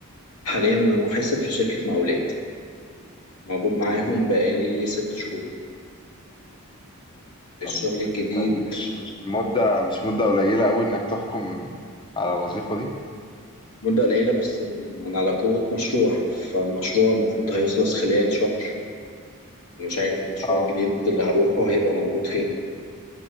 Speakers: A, on the left; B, on the left.
A: حاليا انا محاسب في شركة مقاولات موجود معاهم
B: جميل
A: بقالي ست شهور
B: طب
A: الشغل الجديد
B: انت دي مش مش مدة مش مدة قليلة قوي انك تحكم على الوظيفة دي
A: مدة قليلة بس من على قوة مشروع فالمشروع المفروض هيخلص خلال شهر مش عارف المشروع
B: اه
A: الجديد اللي هروحه هيبقى موجود فين